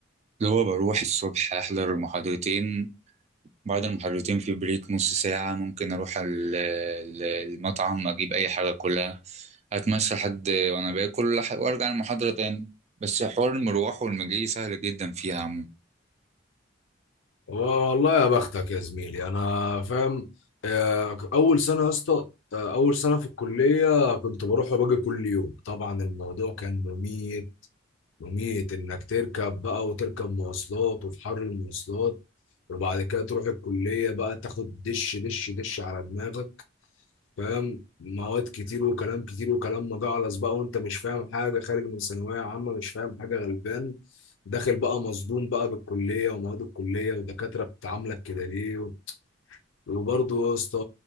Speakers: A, on the right; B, on the left.
A: اللي هو بروح الصبح أحضر المحاضرتين بعد المحاضرتين في بريك نص ساعة ممكن أروح ال- ال- المطعم أجيب أي حاجة كلها أتمشى حد وأنا باكل لح- وأرجع المحاضرة تاني بس حوار المروح والمجي سهل جدا فيها عموما
B: والله يا بختك يا زميلي انا فاهم آه، اول سنه يا اسطى آه، اول سنه في الكليه كنت بروح وباجي كل يوم طبعا الموضوع كان مميت مميت انك تركب بقى وتركب مواصلات وفي حر المواصلات وبعد كده تروح الكلية بقى تاخد دش دش دش على دماغك فاهم مواد كتير وكلام كتير وكلام مجعلص بقى وانت مش فاهم حاجة خارج من ثانوية عامة مش فاهم حاجة غلبان داخل بقى مصدوم بقى بالكلية ومواد الكلية ودكاترة بتعاملك كده ليه و- وبرضه يا اسطى